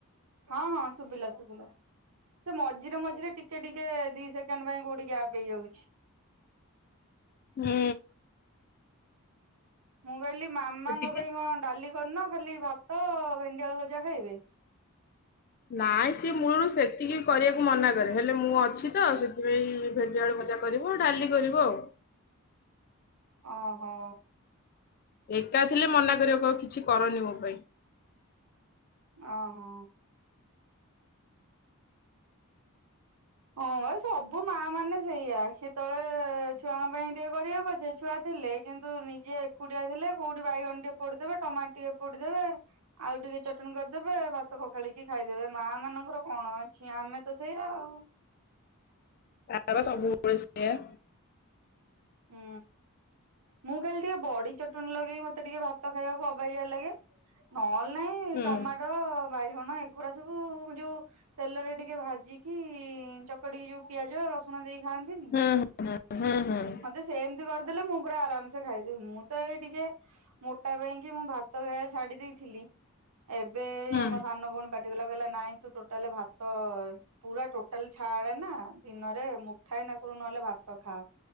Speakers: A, on the right (about 85°); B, on the left (about 40°).
A: ହଁ ହଁ ଶୁଭିଲା ଶୁଭିଲା। ସେ ମଝିରେ ମଝିରେ ଟିକେ ଟିକେ ଦି ସେକେଣ୍ଡ ପାଇଁ କୋଉଠି ଗ୍ୟାପ୍ ହେଇଯାଉଛି।
B: ହୁଁ।
A: ମୁଁ କହିଲି ମାମାଙ୍କ
B: ଟିକେ
A: ପାଇଁ କଣ ଡାଲି କରିନା ଖାଲି ଭାତ ଭେଣ୍ଡି ଆଳୁ ଭଜା ଖାଇବେ।
B: ନାଇଁ ସିଏ ମୂଳରୁ ସେତିକି କରିବାକୁ ମନା କରେ ହେଲେ ମୁଁ ଅଛି ତ ସେଥିପାଇଁ ଭେଣ୍ଡିଆଳୁ ଭଜା। କରିବୁ ଡାଲି କରିବ ଆଉ।
A: ଓହୋ।
B: ସେ ଏକା ଥିଲେ ମନା କରିବ କିଛି କରନି ମୋ ପାଇଁ।
A: ଓହୋ। ହଁ ପା ସବୁ ମା ମାନେ ସେଇଆ ସେତେବେଳେ ଛୁଆଙ୍କ ପାଇଁ ଟିକେ କରିବେ ପଛେ ଛୁଆ ଥିଲେ। କିନ୍ତୁ ନିଜେ ଏକୁଟିଆ ଥିଲେ କୋଉଠି ବାଇଗଣ ଟିକେ ପୋଡିଦେବେ ଟମାଟୁ ଟିକେ ପୋଡିଦେବେ। ଆଉ ଟିକେ ଚଟଣି କରିଦେବେ ଭାତ ପଖାଳିକି ଖାଇଦେବେ ମା ମାନଙ୍କର କଣ ଅଛି ଆମେ ତ ସେଇଆ ଆଉ।
B: ତାର ତ ସବୁବେଳେ ସେଇଆ।
A: ହୁଁ ମୁଁ ଖାଲି ଟିକେ ବଡି ଚଟଣି ଲଗେଇ ମତେ ଟିକେ ଭାତ ଖାଇବାକୁ ଅବ। ଆବେଗ୍ୟ ଲାଗେ ନହେଲେ ନାହିଁ
B: ହୁଁ।
A: ଟମାଟୋ ବାଇଗଣ ଏଗୁୁରା ସବୁ ଯୋଉ। ତେଲରେ ଟିକେ ଭାଜିକି ଚକଟିକି ଯୋଉ ପିଆଜ ରସୁଣ ଦେଇ ଖାଆନ୍ତିନି।
B: ହୁଁ ହୁଁ ହୁଁ ହୁଁ।
A: ମତେ ସେମିତି କରିଦେଲେ ମୁଁ ପୁରା ଆରାମସେ ଖାଇଦେବି ମୁଁ ତ ଏଇ ଟିକେ ମୋଟା ପାଇଁ। ଯେ ମୁଁ ଭାତ ଖାଇବା ଛାଡି ଦେଇଥିଲି ଏବେ
B: ହୁଁ
A: ଆମ ସାନ ଭଉଣୀ ପାଖେ ସେ କହିଲା କହିଲା ନାଇଁ ତୁ ଟୋଟାଲ ଭାତ। ପୁରା ଟୋଟାଲ ଛାଡେ ନା ଦିନରେ ମୁଠାଏ ନାକୁରୁ ନହେଲେ ଭାତ ଖା।